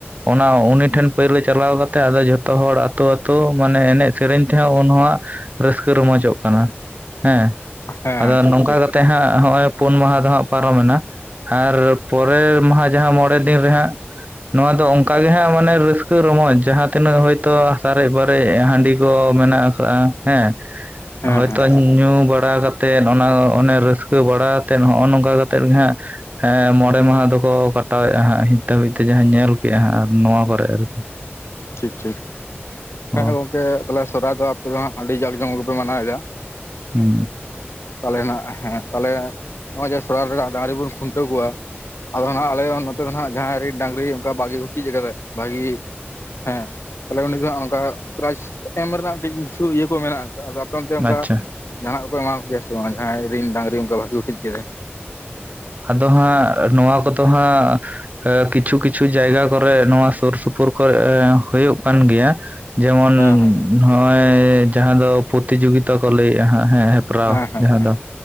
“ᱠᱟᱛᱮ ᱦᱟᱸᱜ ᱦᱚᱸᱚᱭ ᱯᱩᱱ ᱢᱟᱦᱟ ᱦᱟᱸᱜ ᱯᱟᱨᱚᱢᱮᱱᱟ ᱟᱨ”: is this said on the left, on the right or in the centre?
Right